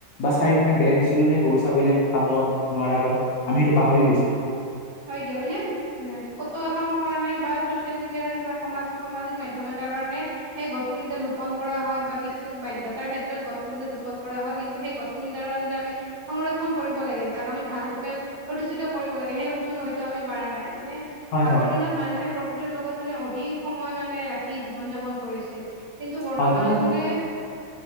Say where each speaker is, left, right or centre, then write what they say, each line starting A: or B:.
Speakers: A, on the left (about 70°); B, on the right (about 50°).
A: বা চাৰিপিনে বেৰ দিছিলো নে গৰু ছাগলীয়ে খাব নোৱাৰাকৈ আমি সেইটো পাহৰি গৈছো
B: হয় দিয়া মানে এ ফটো এখনৰ কাৰণে বা ছচিয়েল মিডিয়াৰ কিবা সমাজ সামাজিক মাধ্যম এটাৰ কাৰণে সেই গছ পুলিডাল ৰোপন কৰা হয় বা কিছু বাধ্যতাৰ ক্ষেত্ৰত গছ পুলিডাল ৰোপন কৰা হয় কিন্তু সেই গছ পুলিডালৰ যে আমি সংৰক্ষণ কৰিব লাগে যাক আমি ভাল ৰূপ প্ৰতিষ্ঠিত কৰিব লাগে সেই বস্তু হয়তো আমি পাৰা নাই মানে
A: হয়
B: আগৰ
A: হয়
B: দিনত মানুহে প্ৰকৃতিৰ লগত মানে অধিক সময় মানে ৰাখি জীৱন যাপন কৰিছিল। কিন্তু বৰ্তমানত
A: হয় তোমাৰ
B: মানে